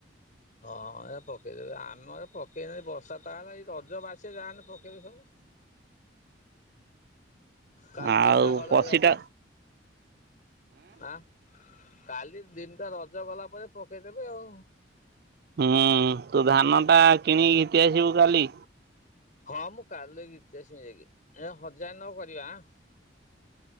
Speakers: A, on the left (about 45°); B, on the right (about 55°).
A: ହଁ ଏ ପକେଇଦେବି ଆମର ପକେଇଲେ ବର୍ଷା ତା ଲାଗି ରଜ ବାସି ଯାହେନେ ପକେଇବେ ସବୁ। କାଲି
B: ଆଉ
A: ଦିନଟା ଗଲାରେ
B: ପଶିଟା
A: ରଜ ଆଁ କାଲି ଦିନଟା ରଜ ଗଲା ପରେ ପକେଇଦେବେ ଆଉ।
B: ହଁ ତୁ ଧାନ ଟା କିଣିକି ଘିତି ଆସିବୁ କାଲି?
A: ହଁ ମୁଁ କାଲି ଘିତି ଆସିବି ଯାଇକି ଏଟା ହଜାରେ ନଅ କରିବା ଆଁ।